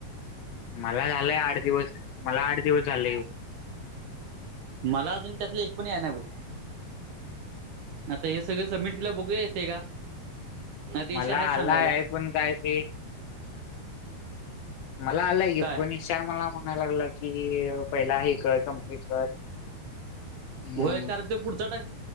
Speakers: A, on the left; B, on the right.
A: मला झालंय आठ दिवस, मला आठ दिवस झालेय यून.
B: मला अजून त्यातलं एक पण याय नय बघ. आता हे सगळ सबमिट केल्याव बघूया येतय का? नाही तर ईशा
A: मला
B: हाय सांगायला.
A: आलाय, पण काय ते मला आलंय की
B: काय?
A: पण ईशान मला म्हणाय लागलाय की, पहिला हे कर कम्प्लीट कर. हम्म
B: व्हय कारण ते पुढचा टा